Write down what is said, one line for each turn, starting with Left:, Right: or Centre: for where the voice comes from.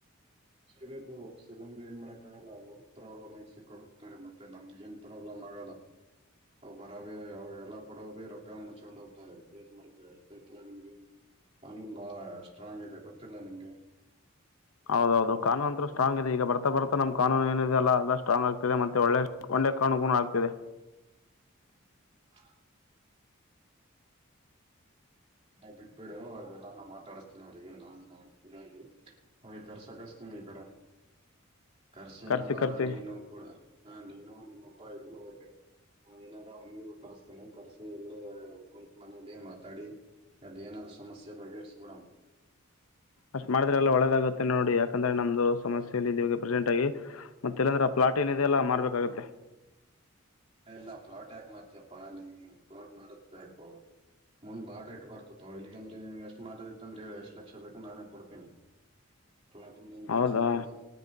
Right: ಸರಿಬೇಕುಸಲಂದ್ರ ಏನ್ ಮಾಡಕಾಗಲ್ಲ ಅವ್ರ ಪ್ರಾಬ್ಲಮ್ ಆಗಸಕ್ಕೋಗತಾರೆ ಮತ್ತೆ ನಮ್ಗೆ ಏನ್ ಪ್ರಾಬ್ಲಮ್ ಆಗಲ್ಲ ಅವ ಬರಬ ಅವ ಎಲ್ಲ ಕೊಡ ಭ ರೊಕ್ಕ ಮುಚ್ಕೊಂಡ ಹೋಗ್ತ ಫೇಸ್ ಮಾಡಿದ್ರೆತಲ್ಲ ನಿಮ್ಗೆ ಕಾನೂನ್ ಬಾಳ ಸ್ಟ್ರಾಂಗ್ ಇದೆ ಗೊತ್ತಿಲ್ಲ ನಿಮ್ಗೆ
Left: ಹೌದೌದು ಕಾನೂನ್ ಅಂತೂ ಸ್ಟ್ರಾಂಗ್ ಇದೆ ಈಗ ಬರ್ತಾ ಬರ್ತಾ ನಮ್ ಕಾನೂನು ಏನಿದೆ ಅಲ್ಲ ಎಲ್ಲ ಸ್ಟ್ರಾಂಗ್ ಆಗ್ತಿದೆ ಮತ್ತೆ ಒಳ್ಳೆ ಒಂದೆ ಕಾನೂನು ಕೂ ಆಗ್ತಿದೆ
Right: <inaudible> ಬಿಟ್ಬಿಡು ಅದೆಲ್ಲ ನಾ ಮಾತಾಡಸ್ತೀನಿ ನೋಡಿಗೆ ನಾನ್ ನೋಡ್ತೀನಿಿ ಅವಿ ಕರ್ಸ ಕಿಸತೀನಿ ಈ ಕಡೆ ಕರ್ಸನದಾ
Left: ಕರೆಸಿ ಕರೆಸಿ
Right: ನೀನು ಕೂಡ ಹ ನೀನ್ ನಿಮ್ಮ ಅಪ್ಪ ಇಬ್ರು ಹೋಗ್ರೀ ಏನಾದ ಅವನಿ ಕರ್ಸ್ತಾನೆ ಕರೆಸಿ ಇಲ್ಲ ಕುತ್ ಮನಲ್ಲ ಮಾತಾಡಿ ಅದು ಏನಾದೂ ಸಮಸ್ಯೆ ಬಗೆಹರಿಸಬಿಡಣ
Left: ಅಷ್ಟ್ ಮಾಡಿದ್ರೆ ಎಲ್ಲ ಒಳ್ಳೆದಾಗುತ್ತೆ ನೋಡಿ ಯಾಕಂದ್ರೆ ನಮ್ದು ಸಮಸ್ಯೆಯಲ್ಲಿ ಇ ಪ್ರೆಸೆಂಟ್ ಆಗಿ ಮತ್ತೆ ಇಲ್ಲಂದ್ರೆ ಆ ಪ್ಲಾಟ್ ಏನಿದೆ ಎಲ್ಲ ಮಾಡ್ಬೇಕಾಗುತ್ತೆ
Right: ಎಲ್ಲ ಬ್ಲಾಟ್ ಯಾಕ ಮಾಡ್ತ ಪಾನಿ ಬ್ಲಟ್ ಮಾಡ ಬು ಮುಂದ್ ಬಾಳ ಇಟ್ ಬರ್ತತ್ತು ಇಲ್ಗಂದ್ರೆ ನಿನ್ಗೆ ಎಷ್ಟ ಮಾಡದಿತ್ತ ಅಂದ್ರೆ ಹೇಳಿ ಎಷ್ಟ್ ಲಕ್ಷ ಬೇಕು ನಾನೇ ಕೊಡ್ತೀನಿ ಪ್ಲಾಟಿನದೇನೋ
Left: ಹೌದಾ
Right: ಟೆನ್ಶನ್ ತಗೋಬೇಡ